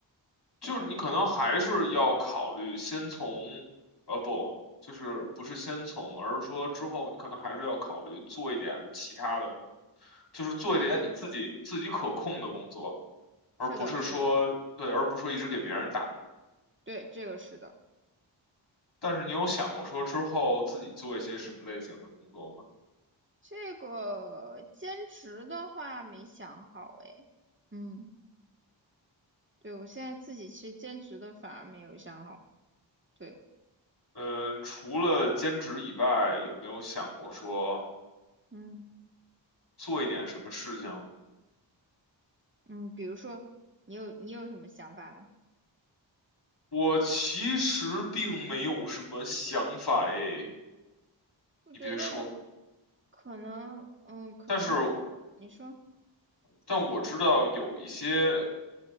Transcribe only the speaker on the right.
对吧？
对对对，
是的，是的，
对，这个是的。
这个兼职的话没想好诶，嗯，对，我现在自己其实兼职的反而没有想好，对，
嗯。
嗯，比如说你有你有什么想法呢？
我觉得就
可能，嗯，可能就是你说，